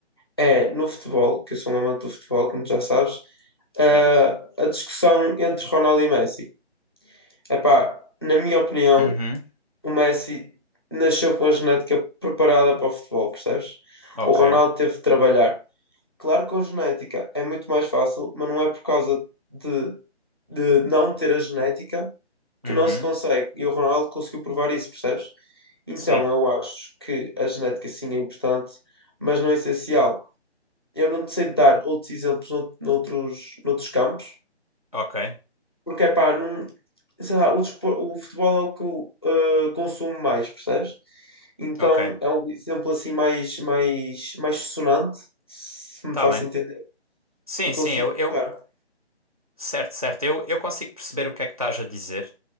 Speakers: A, on the left; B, on the right.
A: é no futebol, que eu sou um amante do futebol, como já sabes, eh,
B: Certo.
A: a discussão entre Ronaldo e Messi. Epá, na minha opinião,
B: Uhum,
A: o Messi nasceu com a genética preparada para o futebol, percebes?
B: ok.
A: O Ronaldo teve de trabalhar. Claro que com genética é muito mais fácil, mas não é por causa de, de não ter a genética que
B: Uhum,
A: não se consegue. E o Ronaldo conseguiu provar isso, percebes? Então
B: sim,
A: eu acho que a genética sim é importante, mas não é essencial. Eu não te sei dar outros exemplos nout- noutros, noutros campos,
B: ok,
A: porque é pá, não, sei lá, o, despo- o futebol é o que eu eh, consumo mais, percebes? Então
B: ok.
A: é um exemplo assim mais, mais, mais sonante, se me
B: Tá
A: faço
B: bem.
A: entender,
B: Sim,
A: que consigo
B: sim, eu, eu,
A: dar.
B: certo, certo. Eu, eu consigo perceber o que é que estás a dizer.